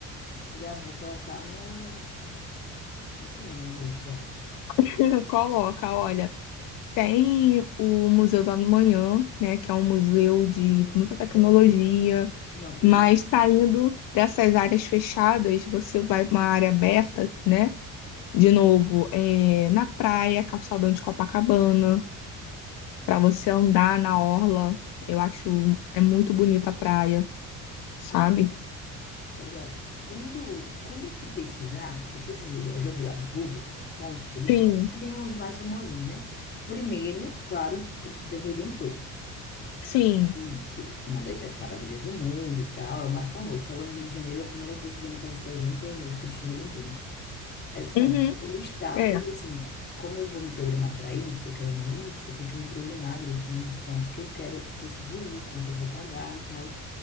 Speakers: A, on the left (about 30°); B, on the left (about 80°).
A: já vou colocar no, no- aqui na minha lista.
B: <laughs> Coloca, olha, tem o Museu do Amanhã, né, que é um museu de
A: Sim.
B: muita tecnologia,
A: Não, esse
B: mas saindo dessas áreas fechadas, você vai para uma área aberta, né? De novo, é, na praia, calçadão de Copacabana. para você andar na orla, eu acho é muito bonita a praia, sabe?
A: é Legal. Quando, quando eu fui pesquisar, que eu pesquisei, eu joguei lá no Google, pontos turísticos,
B: Sim,
A: e vimos os mais famosinhos, né? Primeiro, claro, Cristo do Redentor,
B: sim.
A: e que é uma das sete maravilhas do mundo e tal, é o mais famoso. Falou em Rio de Janeiro, a primeira coisa que vem na cabeça da gente é o Cristo do Redentor, né? Aí eu disse,
B: Uhum,
A: não, vou listar,
B: é,
A: porque assim, como eu vou me programar para ir, tô querendo ir, eu tenho que me programar direitinho dos pontos que eu quero, preciso ir, quanto eu vou pagar e tal.